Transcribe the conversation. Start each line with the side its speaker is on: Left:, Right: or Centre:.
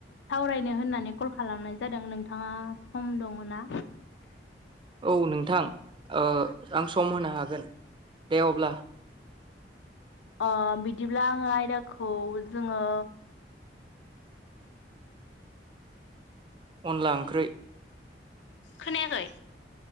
Left: सावरायनो होननानै कल खालामनाय जादों नोंथाङा सम दङ ना?
Right: औ नोंथां ओ आं सम होनो हागोन। दे अब्ला
Left: अ बिदिब्ला आङो आयदाखौ जोङो
Right: अनला ओंख्रै
Left: खोनायाखै